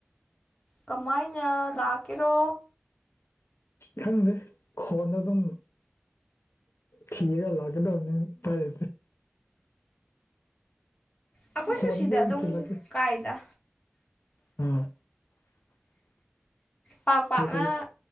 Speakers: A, on the left (about 25°); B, on the left (about 80°).
A: ꯀꯃꯥꯏꯅ ꯂꯥꯛꯀꯦꯔꯣ
B: ꯈꯪꯗꯦ ꯈꯣꯟꯗ ꯑꯗꯨꯝ ꯊ ꯂꯒꯗ ꯑꯣꯅꯤ ꯇꯔ
A: ꯑꯩꯈꯣꯏꯁꯨ
B: ꯍꯅꯁꯨ
A: ꯁꯤꯗ ꯑꯗꯨꯝ
B: ꯊꯂ ꯀꯦ
A: ꯀꯥꯏꯗ
B: ꯑꯥ
A: ꯄꯥꯛ ꯄꯥꯛꯅ
B: ꯀꯩꯀꯩ